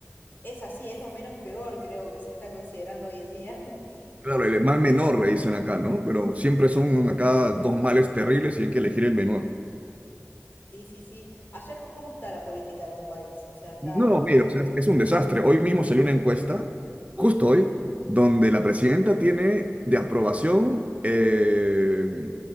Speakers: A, on the left; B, on the right.
A: es así, es lo menos peor creo que se está considerando hoy en día. <laughs>
B: Claro, el mal menor le dicen acá, ¿no? Pero siempre son acá dos males terribles y hay que elegir el menor.
A: Sí, sí, sí. Allá, co- ¿cómo está la política de tu país? O sea, ¿está
B: No, mira, o sea, es un desastre. Hoy mismo salió una encuesta, justo hoy, donde la presidenta tiene de aprobación eh,